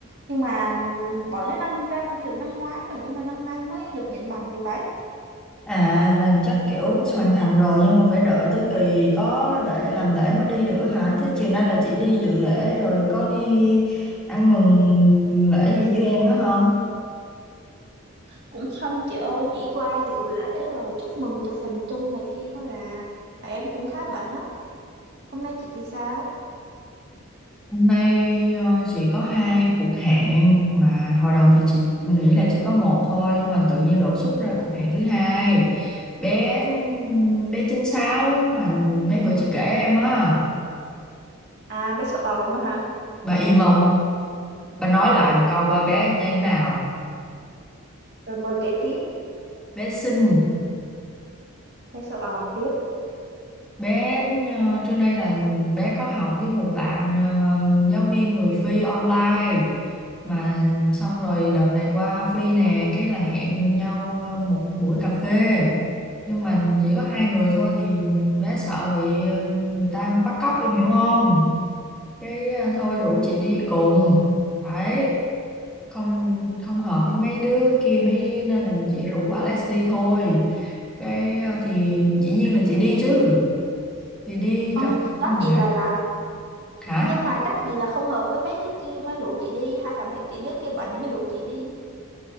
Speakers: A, on the right; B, in the centre.
A: nhưng mà ừm, bọn nó năm ra ngôi trường năm ngoái rồi nhưng mà năm nay mới được nhận bằng thì phải
B: À là chắc kiểu hoàn thành rồi nhưng mà phải đợi tới kỳ có lễ làm lễ mới đi được hả? Thế chiều nay là chị đi dự lễ rồi có đi ăn mừng lễ gì với em đó không?
A: cũng xong chị ơi chỉ qua dự lễ rồi chúc mừng chụp hình chung này kia thôi à tại em cũng khá bận á hôm nay chị thì sao
B: Hôm nay ờ, chỉ có hai cuộc hẹn mà hồi đầu thì chị nghĩ là chỉ có một thôi nhưng mà tự nhiên đột xuất ra cuộc hẹn thứ hai bé bé chín sáu mà mấy bữa chị kể em á
A: à bé sâu ồm á hả
B: bà im không bà nói lại một câu coi bé
A: rồi,
B: như thế nào
A: rồi mời kể tiếp
B: bé xinh
A: bé sâu ồm tiếp
B: bé ờ, trưa nay là bé có học với một bạn ờ, giáo viên người Phi online mà xong rồi đợt này qua Phi nè cái là hẹn nhau ờ, một buổi cà phê nhưng mà chỉ có hai người thôi thì bé sợ bị ờ, người ta bắt cóc em hiểu không cái ờ, thôi rủ chị đi cùng đấy không không hợp với mấy đứa kia mấy nên là chị rủ Alex đi thôi cái ờ, thì dĩ nhiên là chị đi chứ thì đi
A: không
B: cà phê
A: chắc
B: mà
A: gì là là
B: hả
A: nhưng mà chắc gì là không hợp với mấy đứa kia mới rủ chị đi hay là mấy kia đứa kia bệnh mới rủ chị đi